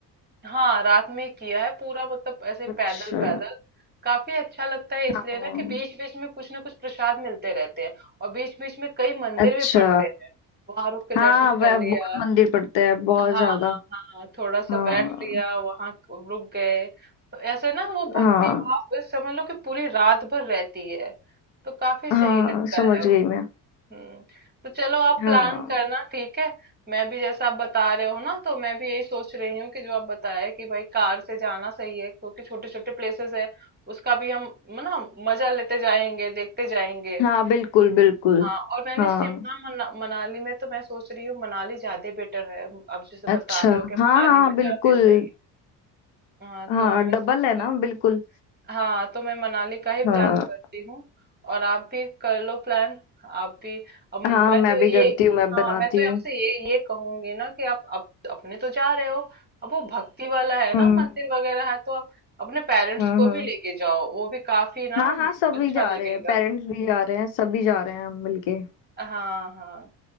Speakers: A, on the right (about 20°); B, on the left (about 65°).
A: हाँ रात में ही किया है पूरा मतलब ऐसे
B: अच्छा
A: पैदल पैदल काफी अच्छा लगता है इसलिए
B: हाँ
A: ना कि बीच बीच में कुछ ना कुछ प्रसाद मिलते रहते हैं और बीच बीच में कई मंदिर
B: अच्छा
A: भी पड़ते हैं वहां रुक के
B: हाँ
A: दर्शन
B: वह
A: कर लिया
B: बहुत मंदिर पड़ते हैं बहुत
A: हाँ
B: ज्यादा
A: हाँ थोड़ा सा
B: हाँ
A: बैठ लिया वहां रुक गए तो ऐसे ना वो भक्ति
B: हाँ
A: भाव इस समझ लो कि पूरी रात भर रहती है तो काफी सही
B: हाँ
A: लगता
B: समझ
A: है
B: गई मैं
A: हम्म तो चलो आप
B: हाँ
A: प्लान करना ठीक है मैं भी जैसा आप बता रहे हो ना तो मैं भी यही सोच रही हूँ कि जो आप बताए कि भाई कार से जाना सही है क्योंकि छोटे छोटे प्लेसेस है उसका भी हम म- ना मजा लेते जाएंगे देखते जाएंगे
B: हाँ बिल्कुल बिल्कुल
A: हाँ और मैंने
B: हाँ
A: शिमला मना, मनाली में तो मैं सोच रही हूँ मनाली ज्यादा बेटर है आप जैसे
B: अच्छा
A: बता रहे हो कि
B: हाँ
A: मनाली
B: हाँ
A: में
B: बिल्कुल
A: ज्यादा सही है। हाँ
B: हाँ
A: तो मैं
B: डबल
A: सोच
B: है ना
A: रही
B: बिल्कुल
A: हाँ तो मैं मनाली का ही
B: हाँ
A: प्लान करती हूँ और आप भी कर लो प्लान आप भी अब
B: हाँ
A: मैं
B: मैं
A: तो ये
B: भी करती हूँ मैं
A: हाँ
B: बनाती
A: मैं तो
B: हूँ
A: आपसे ये ये कहूंगी ना कि आप अप, अपने तो जा रहे हो अब वो भक्ति वाला है ना
B: हम्म
A: मंदिर वगैरह है तो आप अपने पेरेंट्स
B: हम्म
A: को
B: हम्म।
A: भी लेके जाओ वो भी काफी ना
B: हाँ हाँ सभी
A: अच्छा
B: जा
A: लगेगा
B: रहे हैं पेरेंट्स भी जा रहे हैं सभी जा रहे हैं हम मिलके
A: हाँ हाँ